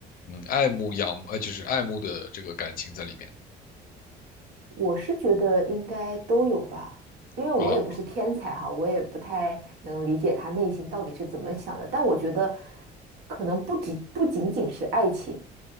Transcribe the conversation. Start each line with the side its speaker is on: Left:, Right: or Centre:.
Left: 嗯爱慕仰呃就是爱慕的这个感情在里面
Right: 我是觉得应该都有吧，因为我也不是天才哈，
Left: 啊？
Right: 我也不太能理解他内心到底是怎么想的。但我觉得，可能不止不仅仅是爱情，